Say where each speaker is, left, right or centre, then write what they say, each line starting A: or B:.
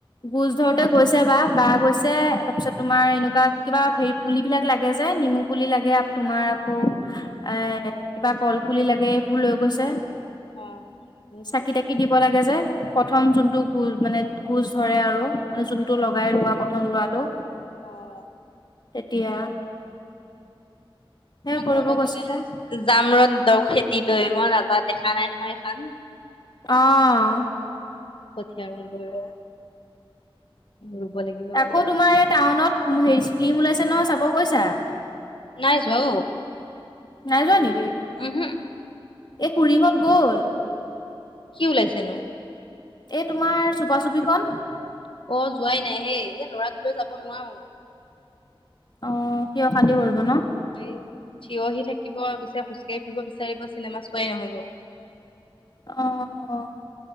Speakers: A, on the left (about 50°); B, on the left (about 65°).
A: গোজ ধৰোতে গৈছে বা, বা গৈছে তাৰপিছত তোমাৰ এনেকুৱা কিবা হেৰি পুলিবিলাক লাগে যে, নেমু পুলি লাগে তোমাৰ আকৌ এ কিবা কল পুলি লাগে এইবোৰ লৈ গৈছে।
B: অ' নিশ্চয়
A: চাকি তাকি দিব লাগে যে। প্ৰথম যোনটো গোজ মানে গোজ ধৰে আৰু, মানে যোনটো লগাই ৰোৱা প্ৰথম ৰোৱাটো
B: অ
A: তেতিয়া সেই
B: তোমাৰ
A: কৰিব
B: ঘৰেলে
A: গৈছিলে
B: গ'ল যেন পাইছো। জাম ৰ দ খেতি লৈ মই নাজাত দেখা নাই নহয় এইখান।
A: আহ
B: কঠিয় ৰোং গৈ ৰ। ৰুব লাগিব এবাৰ
A: আকৌ
B: গলে
A: তোমাৰ এই টাউনত হেৰি স্পিম ওলাইছে ন চাব গৈছা?
B: নাই যোৱা অ'।
A: নাই যোৱা নেকি?
B: উহু
A: এই খুুৰীহ'ত গ'ল।
B: কি ওলাইছেনো?
A: এই তোমাৰ চুপা চুপিখন
B: অ', যোৱাই নাই হেই, এই ল'ৰা তাক লৈ যাব নোৱাৰোঁ।
A: অ', সি অশান্তি কৰিব ন'?
B: সেই, থিয় হৈ থাকিব বিচাৰিব, খোজকাঢ়ি থাকিব বিচাৰিব, চিনেমা চোৱাই নহ'ব।
A: অ',